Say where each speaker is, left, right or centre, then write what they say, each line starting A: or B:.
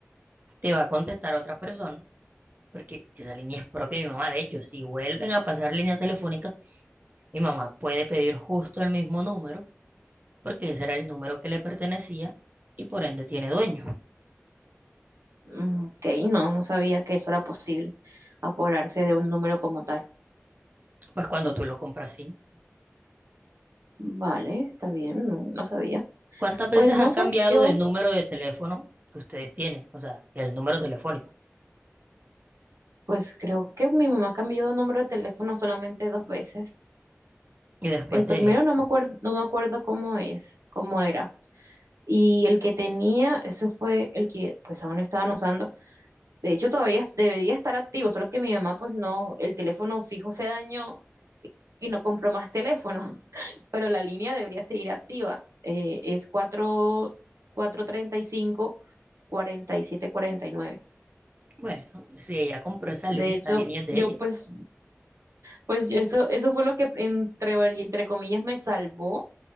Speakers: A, on the right; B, on the right.
A: te va a contestar otra persona, porque esa línea es propia de mi mamá. De hecho, si vuelven a pasar línea telefónica, mi mamá puede pedir justo el mismo número, porque ese era el número que le pertenecía y por ende tiene dueño.
B: Mm, Ok, no, no sabía que eso era posible, apoderarse de un número como tal.
A: Pues cuando tú lo compras sin.
B: Vale, está bien, no, no sabía.
A: ¿Cuántas veces
B: Pues no
A: has cambiado
B: sé, yo,
A: de número de teléfono que ustedes tienen? O sea, el número telefónico.
B: pues creo que mi mamá cambió de número de teléfono solamente dos veces.
A: Y después
B: El
A: de
B: primero
A: esto,
B: no me acuerdo, no me acuerdo cómo es, cómo era. Y el que tenía, eso fue el que pues aún estaban usando. De hecho, todavía debería estar activo, solo que mi mamá, pues no, el teléfono fijo se dañó y no compró más teléfono, <laughs> pero la línea debería seguir activa. Eh, es cuatro, cuatro treinta y cinco, cuarenta y siete cuarenta y nueve.
A: bueno, si ella compró esa línea,
B: De hecho,
A: esa línea es de
B: yo
A: ella.
B: pues, pues yo eso, eso fue lo que entre, entre comillas me salvó,